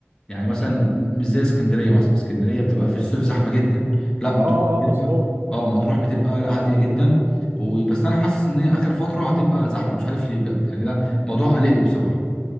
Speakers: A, on the left; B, on the right.
A: يعني مثلا م- مش زي اسكندريه مثلا اسكندريه بتبقى في الصيف زحمه جدا لا مطروح
B: اه
A: بتبقى
B: اه مظبوط
A: اه مطروح بتبقى لا هاديه جدا وبس انا حاسس ان هي اخر فتره هتبقى زحمه مش عارف ليه بجد يعني لا موضوع قلقني بصراحه